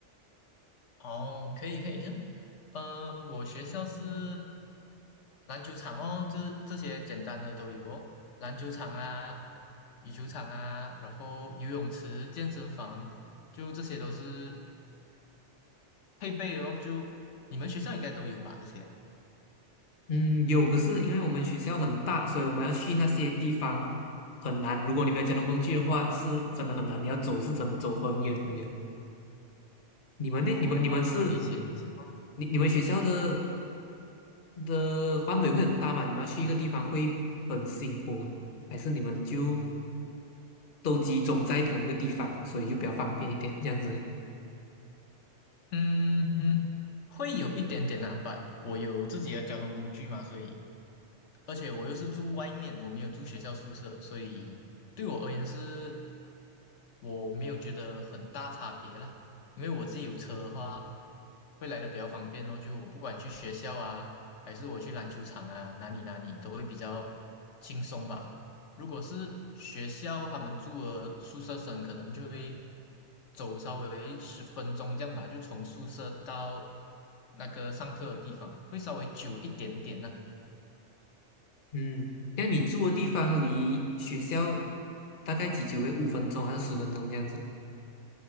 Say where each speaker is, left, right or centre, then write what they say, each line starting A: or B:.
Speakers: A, on the left; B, on the left.
A: 哦，可以可以，行，呃，我学校是篮球场哦，这这些简单的都有哦，篮球场啊、羽球场啊，然后游泳池、健身房，就这些都是配备哦。就你们学校应该都有吧？这些
B: 嗯，有，可是因为我们学校很大，所以我们要去那些地方很难。如果你没有交通工具的话，是真的很难。你要走是真的走很远很远。你们呢？
A: 哦，
B: 你们你们是
A: 理解理解。
B: 你你们学校的的范围会很大嘛？你们要去一个地方会很辛苦吗？还是你们就都集中在同一个地方，所以就比较方便一点这样子？
A: 嗯嗯，会有一点点啊，把我有自己的交通工具嘛，所以，而且我又是住外面，我没有住学校宿舍，所以对我而言是，我没有觉得很大差别啦，因为我自己有车的话，会来的比较方便哦，就我不管去学校啊，还是我去篮球场啊，哪里哪里都会比较轻松吧，如果是学校他们住的宿舍生，可能就会走稍微十分钟这样吧，就从宿舍到那个上课的地方，会稍微久一点点呢、
B: 嗯，那你住的地方离学校大概几久诶？五分钟还是十分钟这样子？